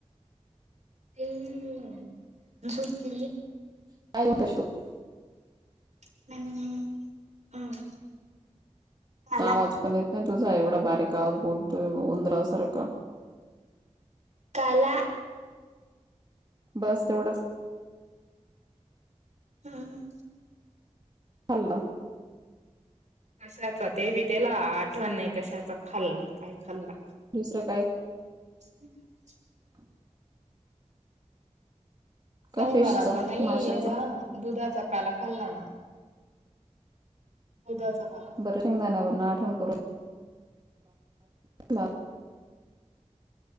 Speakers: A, on the right; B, on the right.
A: <unintelligible> झोपली
B: <unintelligible>
A: <unintelligible> काला
B: आवाज पण येत नाही तुझा एवढा बारीक आवाज बोलतोय उंदरासारखा
A: काला
B: बस तेवढंच
A: हम्
B: खाल्ला
A: कशाचा ते बी त्याला आठवण नाही कशाचा खाल्ला न काय खाल्ला
B: दुसरं काय
A: <inaudible>
B: <inaudible> का
A: संगनाचा
B: फिशचा
A: नाही
B: माशाचा
A: एढा दुधाचा काला खाल्ला ना दुधाचा का -
B: बर शेंगदाण्या वरून आठवण करून ला-